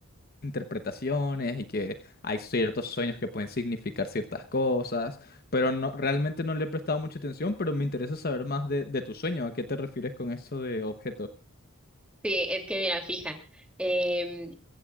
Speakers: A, on the left; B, in the centre.
A: interpretaciones y que hay ciertos sueños que pueden significar ciertas cosas, pero no, realmente no le he prestado mucha atención, pero me interesa saber más de, de tu sueño, ¿a qué te refieres con eso de objeto?
B: Sí, es que mira, fija, em,